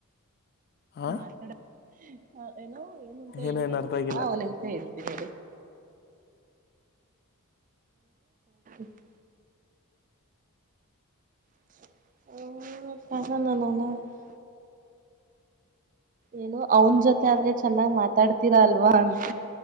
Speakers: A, on the left; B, on the right.
A: ಹಾ
B: ಮಾತಾಡ ಹ ಏನೋ ಏನುಂತ ಹೇಳಿರೋದು
A: ಏನೇನ್ ಅರ್ಥ
B: ಗೊತ್ತಾ
A: ಆಗಿಲ್ಲ
B: ಅವನು <unintelligible> <inaudible> <unintelligible> <inaudible> ಏನು ಅವನ್ ಜೊತೆ ಆದ್ರೆ ಚೆನ್ನಾಗ್ ಮಾತಾಡ್ತೀರಾ ಅಲ್ವಾ ಅಂತ